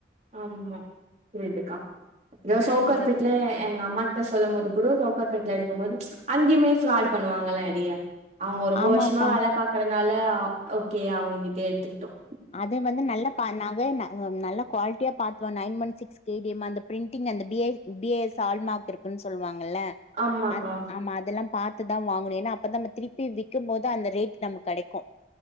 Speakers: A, on the right; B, on the left.
A: ஆமா புரியுதுக்கா இதோ சவுக்கார்
B: ஆமா
A: பேட்ல எ எ எங்க அம்மாகிட்ட சொல்லும் போது கூடோ சவுக்கார் பேட்ல எடுக்கும் போது ச்சு அங்கேயுமே ஃப்ராட்டு பண்ணுவாங்கல்ல நெறையா அவங்கோ ரொம்ப
B: ஆமாப்பா
A: வருஷமா வேல பாக்குறனால் ல்ல அவ ஓகே அவுங்க கிட்டயே எடுத்துக்கிட்டோம்
B: அத வந்து நல்ல பா நக நல் நல்ல குவாலிட்டியா பாத்துவான் nine one six K D M அந்த பிரிண்டிங் அந்த B A B A S hallmark இருக்குன்னு சொல்லுவாங் ல்லா
A: ஆமாக்கா
B: அந் ஆமா அதெல்லா பாத் த்துதா வாங்குணும் ஏனா அப்ப தா நம்ம திருப்பி விக்கும் போது அந்த ரேட் நமக்கு கெடைக்கு